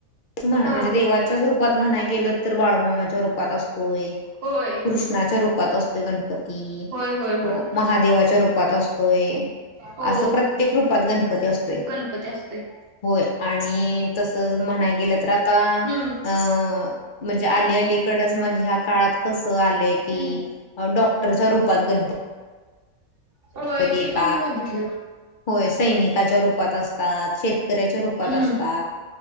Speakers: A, on the left; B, on the right.
A: म्ह
B: हा
A: म्हणजे देवाच्याच रूपात म्हणाय गेलं तर बाळूमामाच्या रूपात असत. होय
B: होय
A: कृष्णाच्या रूपात असतोय गणपती
B: होय होय होय
A: अ महादेवाच्या रूप रूपात असतोय
B: हो
A: असं प्रत्येक रूपात गणपती असतोय.
B: गणपती असतोय
A: होय आणि. आणि तसच म्हणाय गेलं तर आता
B: हम्म
A: अ म्हणजे आली अलीकडच. म्हणजे ह्या काळात कस आलंय की
B: हम्म
A: डॉक्टरच्या रूपात गणपती.
B: होय
A: म ते येतात
B: पण मी बघितलं
A: होय सैनिकाच्या रूपात अस तात शेतकऱ्याच्या रूपात
B: हम्म
A: असतात